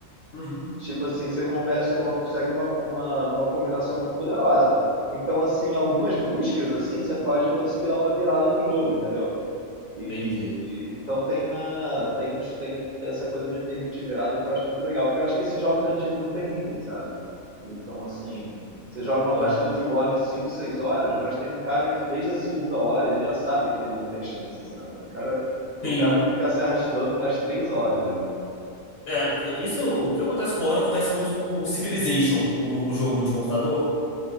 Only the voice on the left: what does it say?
Uhum.
Entendi.
Ah.
Sim.
É, isso, o que acontece com o Ori acontece muito com o Civilization, o, o jogo de computador.